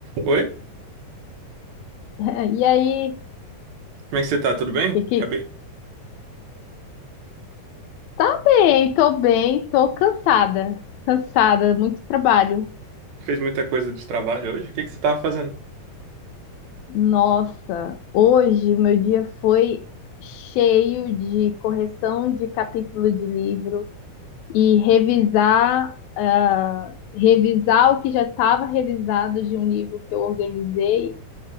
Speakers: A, on the right; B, on the left.
A: Oi?
B: <laughs> E aí,
A: Como é que você tá? Tudo bem?
B: e
A: Acabei...
B: tá bem, tô bem, tô cansada, cansada, muito trabalho.
A: Fez muita coisa de trabalho hoje? O que que você tava fazendo?
B: Nossa, hoje o meu dia foi cheio de correção de capítulo de livro e revisar, ah, revisar o que já estava revisado de um livro que eu organizei